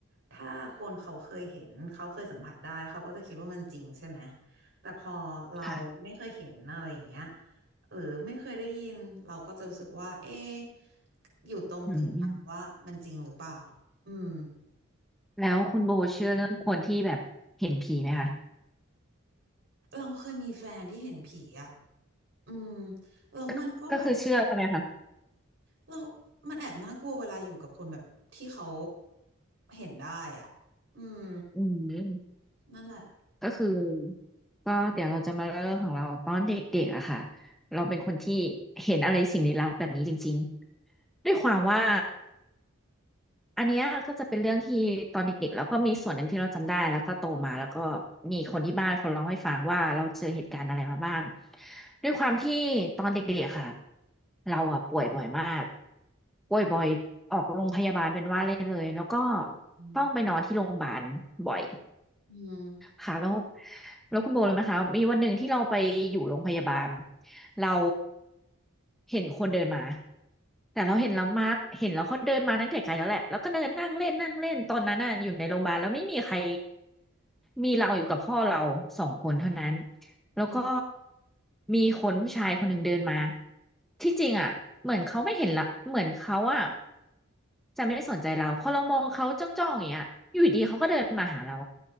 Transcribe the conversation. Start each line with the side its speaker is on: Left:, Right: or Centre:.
Right: ถ้าคนเขาเคยเห็นเขาเคยสัมผัสได้เขาก็จะคิดว่ามันจริงใช่ไหมแต่พอเราไม่เคยเห็นอะไรอย่างเงี้ย
Centre: ค่ะ
Right: หรือไม่เคยได้ยินเราก็จะรู้สึกว่าเอ๊ะอยู่ตรงกึ่งกลางว่ามันจริงหรือเปล่า
Centre: อืม
Right: อืม
Centre: แล้วคุณโบเชื่อเรื่องคนที่แบบเห็นผีไหมคะ
Right: เราเคยมีแฟนที่เห็นผีอะ อืมแล้วมันก็แบบ
Centre: ก็ก็คือเชื่อใช่ไหมคะ
Right: เรามันแอบน่ากลัวเวลาอยู่กับคนแบบที่เขาเห็นได้อ่ะอืม
Centre: อืม
Right: นั่นแหละ
Centre: ก็คือก็เดี๋ยวเราจะมาเริ่มของเราตอนเด็กๆอะค่ะเราเป็นคนที่เห็นอะไรสิ่งลี้ลับแบบนี้จริงๆด้วยความว่า อันเนี้ยก็จะเป็นเรื่องที่ตอนเด็กๆแล้วก็มีส่วนหนึ่งที่เราจำได้แล้วก็โตมาแล้วก็มีคนที่บ้านเขาเล่าให้ฟังว่าเราเจอเหตุการณ์อะไรมาบ้างด้วยความที่ตอนเด็กๆอะค่ะเราอะป่วยบ่อยมากป่วยบ่อยออกโรงพยาบาลเป็นว่าเล่นเลยแล้วก็
Right: อืม
Centre: ต้องไปนอนที่โรงพยาบาลบ่อย
Right: อืม
Centre: ค่ะแล้วแล้วคุณโบรู้ไหมคะมีวันหนึ่งที่เราไปอยู่โรงพยาบาลเราเห็นคนเดินมาแต่เราเห็นแล้วมาร์กเห็นแล้วเขาเดินมาตั้งแต่ไกลแล้วแหละแล้วก็เดินนั่งเล่นนั่งเล่นตอนนั้นน่ะอยู่ในโรงพยาบาลแล้วไม่มีใครมีเราอยู่กับพ่อเราสองคนเท่านั้น
Right: อืม
Centre: แล้วก็มีคนผู้ชายคนหนึ่งเดินมาที่จริงอ่ะเหมือนเขาไม่เห็นละเหมือนเขาอ่ะจะไม่ได้สนใจเราพอเรามองเขาจ้องๆอย่างเงี้ยอยู่ดีเขาก็เดินมาหาเรา